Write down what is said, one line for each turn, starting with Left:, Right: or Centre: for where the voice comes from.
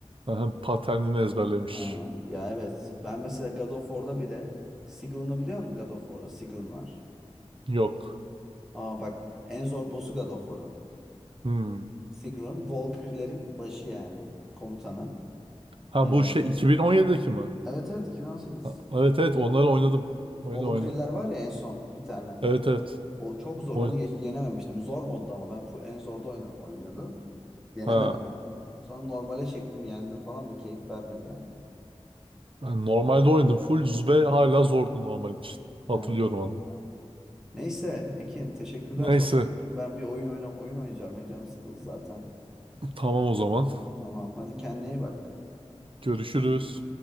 Right: Aha, paternini ezberlemiş.
Centre: Ha, ya evet. Ben mesela God of War'da bile Sigrun'u biliyor musun God of War'da? Sigrun var.
Right: Yok.
Centre: Aa bak en zor boss'u God of War'un.
Right: Hmm.
Centre: Sigrun, Valkyrie'lerin başı yani. Komutanı.
Right: Ha
Centre: Ee,
Right: bu şey 2017'deki mi?
Centre: evet evet 2018.
Right: Ha, Evet
Centre: 2018.
Right: evet onları oynadım. Oynadım
Centre: Valkyrie'ler
Right: oynadım.
Centre: var ya en son bir tane.
Right: Evet evet.
Centre: O çok zor.
Right: Oyn
Centre: Onu geç yenememiştim. Zor modda ama ben full en zorda oyna- oynuyordum. Yenemedim
Right: ha.
Centre: abi. Sonra normale çektim, yendim falan da keyif vermedi yani.
Right: Ben normalde oynadım. Full Zube hala zordu normal için. Hatırlıyorum
Centre: Ha,
Right: onu.
Centre: ha. Neyse Ekin teşekkürler
Right: Neyse.
Centre: sohbet için. Ben bir oyun oyna oyun oynayacağım ya canım sıkıldı zaten.
Right: Tamam o zaman.
Centre: Tamam. Hadi kendine iyi bak.
Right: Görüşürüz.